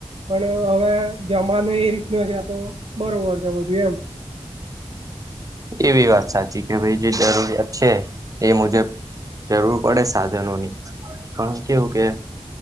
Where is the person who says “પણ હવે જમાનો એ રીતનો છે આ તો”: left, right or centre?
Right